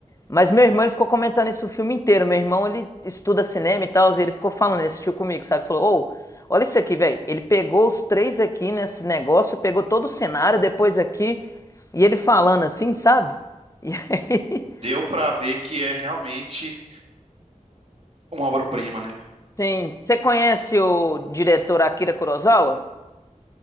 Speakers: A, on the left; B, on the right.
A: Mas meu irmão, ele ficou comentando isso o filme inteiro. Meu irmão, ele estuda cinema e tal, e ele ficou falando, ele assistiu comigo, sabe? Falou, ô, olha isso aqui, velho. Ele pegou os três aqui nesse negócio, pegou todo o cenário, depois aqui, e ele falando assim, sabe? E aí,
B: deu pra ver que é realmente uma obra-prima, né?
A: <laughs> sim. Você conhece o diretor Akira Kurosawa?